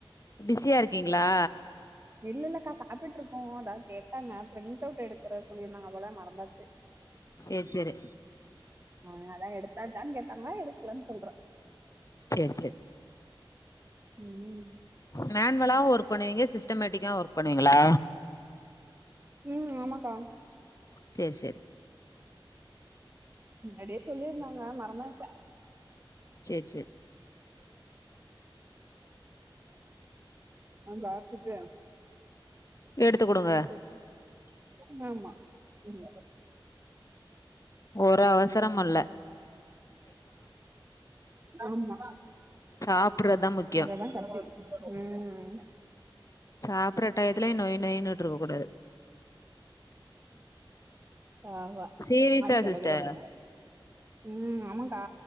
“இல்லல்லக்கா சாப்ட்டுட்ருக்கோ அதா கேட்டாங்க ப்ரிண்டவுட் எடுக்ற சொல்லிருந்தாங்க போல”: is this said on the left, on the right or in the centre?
Right